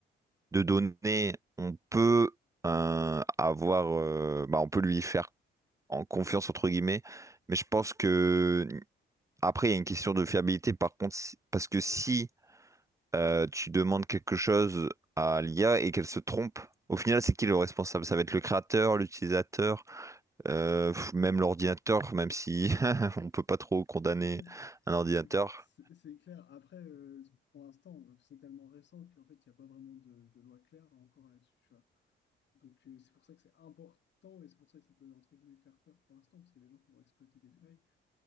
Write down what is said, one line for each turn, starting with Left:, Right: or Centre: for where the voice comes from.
Right: de données, on peut euh, avoir, euh, bah, on peut lui faire en confiance entre guillemets. Mais je pense que après, il y a une question de fiabilité. Par contre, si- parce que si euh, tu demandes quelque chose à l'IA et qu'elle se trompe, au final, c'est qui le responsable? Ça va être le créateur, l'utilisateur. Euh, pff, même l'ordinateur, même si <laughs> on peut pas trop condamner
Left: Ouais,
Right: un
Left: C'est
Right: ordinateur.
Left: c'est- c'est clair. Après, euh, pour l'instant, euh, c'est tellement récent qu'en fait, il n'y a pas vraiment de, de loi claire encore là-dessus, tu vois. Donc, euh, c'est pour ça que c'est important et c'est pour ça que ça peut, entre guillemets, faire peur pour l'instant, parce qu'il y a des gens qui vont exploiter des failles,